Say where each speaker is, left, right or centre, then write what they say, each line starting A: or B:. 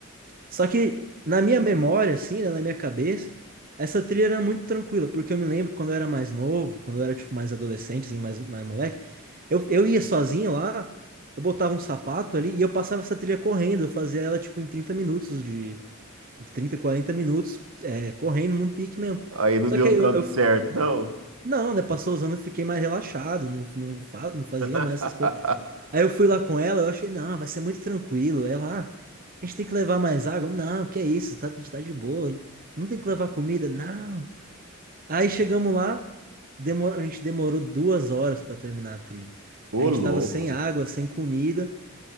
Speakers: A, on the right (about 45°); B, on the right (about 85°).
A: Só que na minha memória, assim, né, na minha cabeça, essa trilha era muito tranquila, porque eu me lembro quando eu era mais novo, quando eu era tipo mais adolescente, assim, mais, mais moleque, eu, eu ia sozinho lá, eu botava um sapato ali e eu passava essa trilha correndo, eu fazia ela tipo em 30 minutos de 30 40 minutos, é, correndo num pique mesmo.
B: Aí não
A: Só
B: deu
A: que aí
B: tanto
A: eu, eu-
B: certo, não.
A: não, né? Passou os anos, eu fiquei mais relaxado, não, não, fa- não fazia
B: <laughs>
A: mais essas coisas. Aí eu fui lá com ela, eu achei, não, vai ser muito tranquilo. Ela, ah, a gente tem que levar mais água? Não, que é isso, tá, a gente tá de boa. Não tem que levar comida? Não. Aí chegamos lá, demor- a gente demorou duas horas pra terminar a trilha.
B: Ô
A: A gente
B: louco,
A: tava sem água, sem comida.